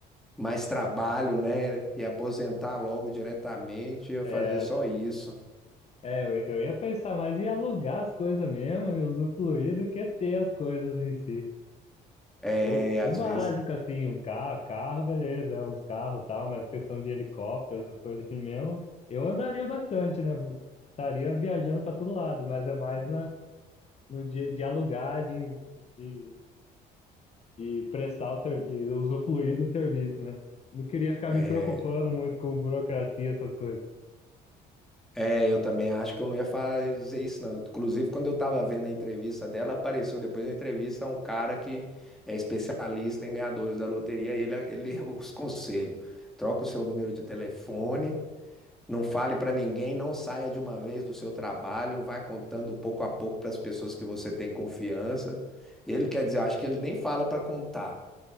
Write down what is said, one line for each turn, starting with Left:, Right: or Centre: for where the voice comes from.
Centre: mais trabalho, né? E aposentar logo diretamente, ia
Left: É,
Centre: fazer só isso.
Left: é eu, eu ia pensar, mas ia alugar as coisas mesmo e usufruir do que ter as coisas em si.
Centre: É,
Left: O,
Centre: às
Left: o básico,
Centre: vezes.
Left: assim, um carro, carro, beleza, é uns carros e tal, mas questão de helicóptero, essas coisas assim mesmo, eu andaria bastante, né? Estaria viajando para todo lado, mas é mais na, no dia de alugar, de, de, de prestar, o ser- de usufruir do serviço, né? Não queria ficar
Centre: é,
Left: me preocupando muito com burocracia, essas coisas.
Centre: É, eu também acho que eu não ia fazer isso, não. Inclusive, quando eu tava vendo a entrevista dela, apareceu depois da entrevista um cara que é especialista em ganhadores da loteria, e ele, ele <laughs> os conselhos. Troca o seu número de telefone, não fale pra ninguém, não saia de uma vez do seu trabalho, vai contando pouco a pouco para as pessoas que você tem confiança. Ele quer dizer, eu acho que ele nem fala pra contar.